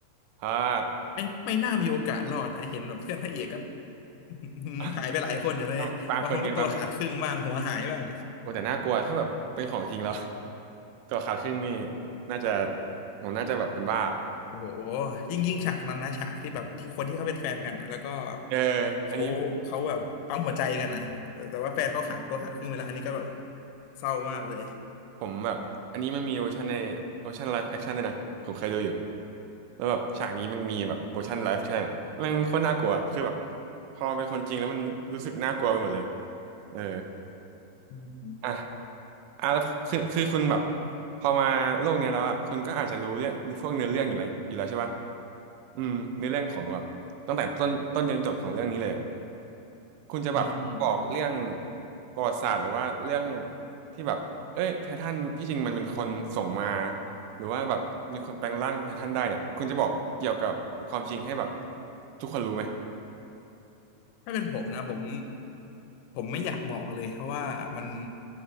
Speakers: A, on the right (about 80°); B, on the left (about 85°).
A: เพราะว่า
B: ไม่ไม่น่ามีโอกาสรอดนะเห็นแบบเพื่อนพระเอกก็ <laughs>
A: <laughs>
B: หายไปหลายคนอยู่แล้วเนี่ยบางคนก็ตัวขาดครึ่งบ้างหัวหายบ้าง
A: ก็บางคนไงบางคนโอ้แต่น่ากลัวถ้าแบบเป็นของจริงแล้ว <laughs> ตัวขาดครึ่งนี่น่าจะผมน่าจะแบบเป็นบ้า
B: โอ้โหยิ่งยิ่งฉากนั้นนะฉากที่แบบที่คนที่เขาเป็นแฟนกันนะแล้วก็
A: เออ
B: เขาเขาแบบปั๊มหัวใจกันนะแต่แต่ว่าแฟนเขาขาดตัวขาดครึ่งเวลาอันนี้ก็แบบ
A: อันนี้
B: เศร้ามากเลย
A: ผมแบบอันนี้มันมีเวอร์ชันในเวอร์ชันไลฟ์แอคชั่นด้วยนะผมเคยดูอยู่แล้วแบบฉากนี้มันมีแบบเวอร์ชันไลฟ์แอคชั่นม่งโคตรน่ากลัวอะคือแบบพอมันเป็นคนจริงแล้วมันรู้สึกน่ากลัวไปหมดเลยเออ
B: อืม
A: อ่ะอ่ะแล้วคือคือคุณแบบพอมาโลกเนี้ยแล้วอ่ะคุณก็อาจจะรู้เรื่องพวกเนื้อเรื่องอยู่แล้วอยู่แล้วใช่ปะอืมเนื้อเรื่องของแบบตั้งแต่ต้นต้นยันจบของเรื่องนี้เลยอะ คุณจะแบบบอกเรื่อง
B: อืม
A: ประวัติศาสตร์หรือว่าเรื่องที่แบบเอ้ยไททันที่จริงมันเป็นคนส่งมาหรือว่าแบบมีคนแปลงร่างเป็นไททันได้เนี่ยคุณจะบอกเกี่ยวกับความจริงให้แบบทุกคนรู้ไหม
B: ถ้าเป็นผมนะผมผมไม่อยากบอกเลยเพราะว่ามัน